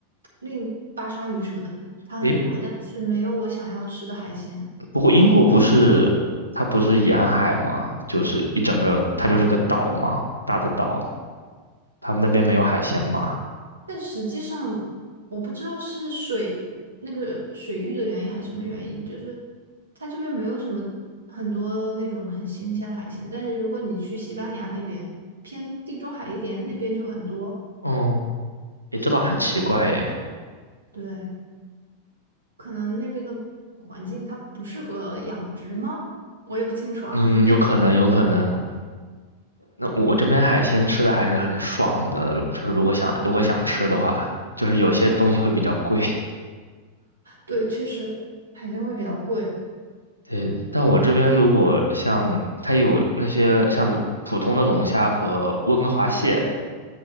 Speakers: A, on the right (about 75°); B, on the left (about 85°).
A: 另巴沙鱼什么的，它很多，
B: 诶，
A: 但是没有我想要吃的海鲜。
B: 不过英国不是它不是沿海吗？就是一整个它就是个岛嘛，大的岛。他们那边没有海鲜吗？
A: 但实际上，我不知道是水那个水域的原因还是什么原因，就是它这边没有什么很多那种很新鲜的海鲜。但是如果你去西班牙那边，偏地中海一点，那边就很多。
B: 哦，诶，这倒很奇怪耶。
A: 我不知道为什么，对，可能那边的环境它不适合养殖吗？我也不清楚啊，
B: 嗯，
A: 因为地理不太
B: 有可能，有可能。
A: 好
B: 那我这边海鲜吃的还是很爽的，就是如果想如果想吃的话，就是有些东西会比较贵。
A: 对，确实海鲜会比较贵。
B: <laughs> 对，但我这边如果像它有那些像普通的龙虾和温哥华蟹，